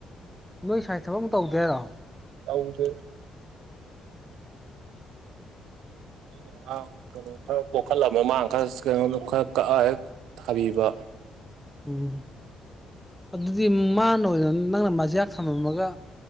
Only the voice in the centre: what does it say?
ꯅꯣꯏ ꯁ꯭ꯋꯥꯏ ꯊꯕꯛ ꯑꯃ ꯇꯧꯗꯦꯔꯣ
ꯎꯝ ꯑꯗꯨꯗꯤ ꯃꯥꯅ ꯑꯣꯏꯅ ꯅꯪꯅ ꯃꯖꯤꯌꯥꯛ ꯊꯝꯃꯝꯃꯒ